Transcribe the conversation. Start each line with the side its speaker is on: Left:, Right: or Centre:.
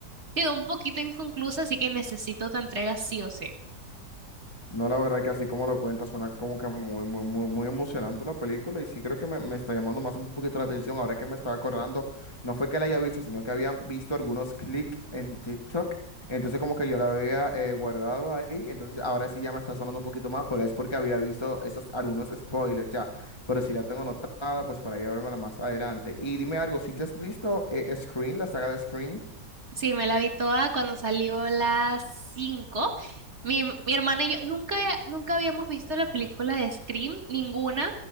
Right: quedó un poquito inconclusa, así que necesito otra entrega sí o sí.
Left: No, la verdad que así como lo cuenta, suena como que muy, muy, muy, muy emocionante la película y sí creo que me, me está llamando más un poquito la atención. Ahora que me estaba acordando, no fue que la haya visto, sino que había visto algunos clics en TikTok. Entonces como que yo la había eh, guardado ahí, entonces ahora sí ya me está sonando un poquito más, pero es porque había visto esos algunos spoilers ya. Pero si la tengo anotada, pues para ir a verla más adelante. Y dime algo, si te has visto eh, Scream, la saga de Scream?
Right: Sí, me la vi toda cuando salió las 5. Mi, mi hermana y yo nunca, nunca habíamos visto la película de Scream, ninguna.